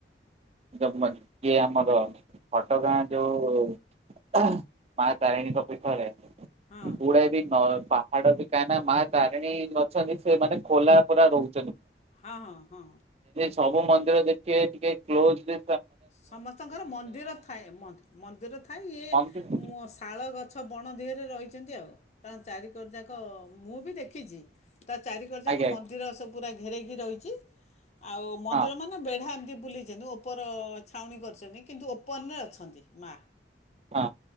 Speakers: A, on the right; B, on the left.
A: କିଏ ଆମର ଘଟଗାଁ ଯୋଉ ମା ତାରିଣୀଙ୍କ ପୀଠରେ
B: ହଁ
A: <unintelligible> ହାଡ ବିକା ନା ମା ତାରିଣୀ ଅଛନ୍ତି ସେ ମାନେ ଖୋଲା ପୁରା ରହୁ
B: ହଁ ହଁ।
A: ସବୁ ମନ୍ଦିର ଦେଖେ ଟିକେ କ୍ଲୋଜ୍ ଡେ
B: ସମସ୍ତଙ୍କର ମନ୍ଦିର ଥାଏ ମନ୍ଦିର ଥାଏ। ଇଏ
A: ମନ୍ଦିର ହଁ
B: ଶାଳ ଗଛ ବଣ ଦେହରେ ରହିଛନ୍ତି ଆଉ। ତାଙ୍କ ଚାରି କର ଯାକ ମୁଁ ବି ଦେଖି କେଜି। ତା ଚାରି କର ଯାକ
A: ଆଜ୍ଞା
B: ମନ୍ଦିର ସବୁ ପୁରା ଘେରେଇକି ରହିଛି। ଆଉ ମନ୍ଦିର
A: ହଁ
B: ମାନେ ବେଢା ଏମିତି ବୁଲି ଯେନ୍ତି। ଉପର ଛାଉଣି କରିଛନ୍ତି। କିନ୍ତୁ ଓପନ୍ ରେ ଅଛନ୍ତି ମା।
A: ହଁ।